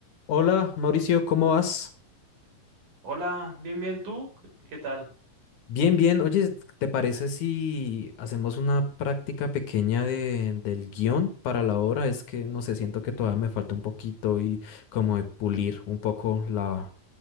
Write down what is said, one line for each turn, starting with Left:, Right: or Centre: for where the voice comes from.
Left: Hola, Mauricio, ¿cómo vas?
Right: Hola, bien, bien, ¿tú? ¿Qué qué tal?
Left: Bien, bien. Oye, ¿te parece si hacemos una práctica pequeña de, del guión para la obra? Es que no sé, siento que todavía me falta un poquito y como de pulir un poco la,